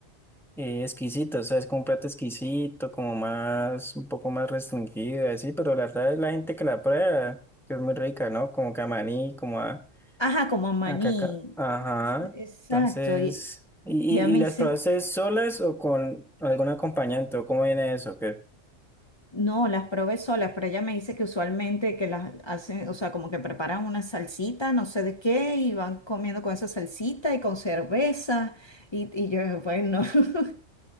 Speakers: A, in the centre; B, on the left.
A: eh, exquisito, o sea, es como un plato exquisito, como más, un poco más restringido, y así, pero la verdad es la gente que la prueba, que es muy rica, ¿no? Como camarí, como a,
B: Ajá, como maní.
A: a caca, ajá,
B: Exacto.
A: entonces...
B: Y
A: ¿Y,
B: ya me
A: y, y las
B: hice,
A: probaste solas o con algún acompañante? ¿O ¿Cómo viene eso? ¿Qué?
B: No, las probé solas, pero ella me dice que usualmente que las hacen, o sea, como que preparan una salsita, no sé de qué, y van comiendo con esa salsita y con cerveza, y, y yo, bueno, <laughs>